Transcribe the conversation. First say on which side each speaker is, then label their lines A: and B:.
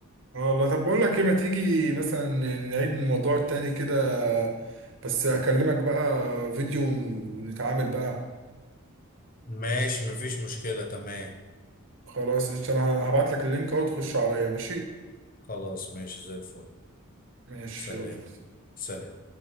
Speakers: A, on the right; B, on the left.
A: اه والله طب بقول لك ايه ما تيجي مثلا نعيد الموضوع التاني كده بس اكلمك بقى فيديو ونتعامل بقى
B: ماشي مفيش مشكلة تمام
A: خلاص قشطة انا هبعت لك اللينك اهو تخش عليا ماشي
B: خلاص ماشي زي الفل
A: ماشي
B: سلام
A: يلا
B: سلام